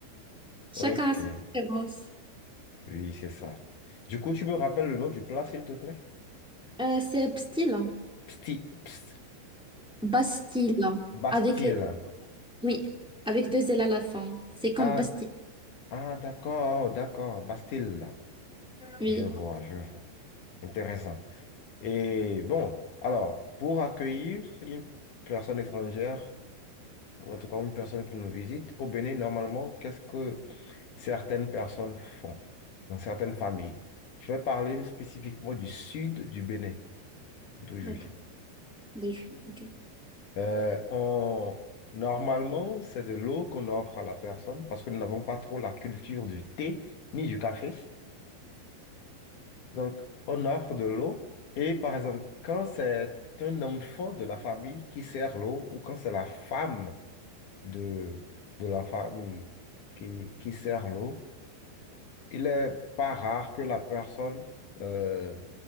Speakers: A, in the centre; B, on the left.
A: Chacun
B: Ok.
A: a ses préférences.
B: Oui, c'est ça. Du coup, tu me rappelles le nom du plat, s'il te plaît?
A: Euh, c'est style.
B: Psti, pst-
A: Bastille,
B: Bastille.
A: avec, oui, avec deux L à la fin. C'est comme
B: Ah,
A: Bastille.
B: ah, d'accord, d'accord. Bastille.
A: Oui,
B: Je vois, je vois. Intéressant. Et bon, alors, pour accueillir une personne étrangère, ou en tout cas une personne qui nous visite, au Bénin, normalement, qu'est-ce que certaines personnes font dans certaines familles? Je vais parler spécifiquement du sud du Bénin, d'où je
A: d'accord.
B: viens.
A: De Julie, ok.
B: Euh, on- Normalement, c'est de l'eau qu'on offre à la personne parce que nous n'avons pas trop la culture du thé ni du café. Donc, on offre de l'eau et par exemple, quand c'est un enfant de la famille qui sert l'eau ou quand c'est la femme de, de la famille qui, qui sert l'eau, il est pas rare que la personne euh,